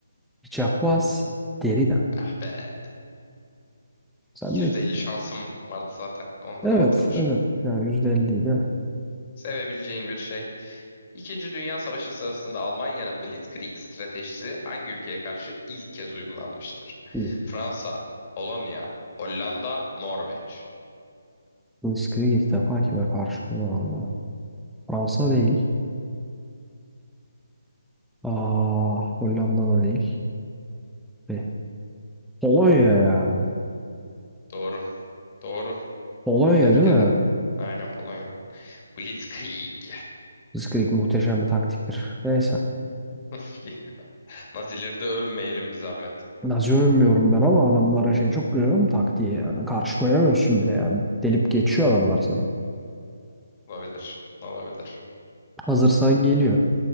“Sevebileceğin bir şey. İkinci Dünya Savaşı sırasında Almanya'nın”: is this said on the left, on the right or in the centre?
Left